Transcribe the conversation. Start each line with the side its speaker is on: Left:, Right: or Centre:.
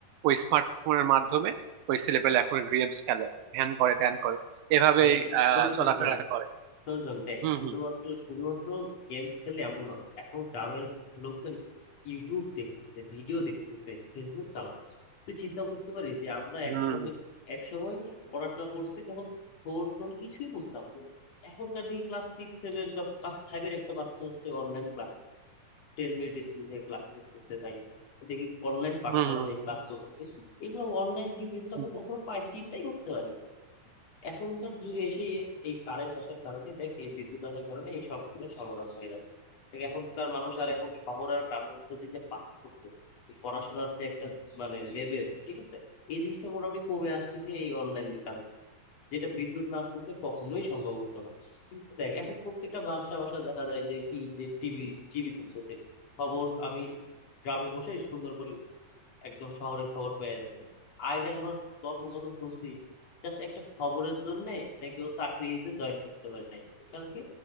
Right: ওই স্মার্টফোনের মাধ্যমে ওই ছেলে পেলে এখন গেমস খেলে ধ্যান করে ধ্যান করে এভাবেই
Left: ভাই
Right: আহ
Left: শোন শোন
Right: চলাফেরা
Left: শোন
Right: করে
Left: শোন শোন দেখ
Right: হুম
Left: শুধুমাত্র
Right: হুম
Left: শুধুমাত্র গেমস খেলে এমন না এখন গ্রামের লোকজন ইউটিউব দেখতেছে ভিডিও দেখতেছে ফেসবুক চালাচ্ছে তুই চিন্তা করতে পারিস যে আমরা
Right: হুম
Left: একসময় একসময় পড়াশোনা করছি তখন ফোন টোন কিছুই বুঝতাম না এখনকার দেখি ক্লাস সিক্স সেভেন বা ক্লাস ফাইভের একটা বাচ্চা হচ্ছে অনলাইন ক্লাস করতেছে টেন মিনিট স্কুল থেকে ক্লাস করতেছে ভাই দেখি অনলাইন পাঠশালা
Right: হুম হুম
Left: থেকে
Right: হুম
Left: ক্লাস করতেছে এগুলো অনলাইন জীবন তো
Right: হুম।
Left: আমরা কখনো পাই চিন্তাই করতে পারি না। এখনকার যুগে এসে এই কারেন্ট আসার কারণে দেখ এই বিদ্যুৎ আসার কারণে এই সবগুলো সমাধান হয়ে যাচ্ছে দেখ এখনকার মানুষ আর এখন শহর আর গ্রামের মধ্যে যে একটা পার্থক্য এই পড়াশোনার যে একটা মানে লেভেল ঠিক আছে এই জিনিসটা মোটামুটি কমে আসছে যে এই অনলাইনের কারণে যেটা বিদ্যুৎ না থাকলে কখনোই সম্ভব হতো না কিন্তু দেখ এখন প্রত্যেকটা বাসা বাসা দেখা যায় যে কি যে টিভি টিভি চলতেছে খবর আমি গ্রামে বসে সুন্দর করে একদম শহরের খবর পেয়ে যাচ্ছি আগের মানুষ গল্প কত শুনছি জাস্ট একটা খবরের জন্য নাকি ও চাকরিতে জয়েন করতে পারে নাই কারণ কি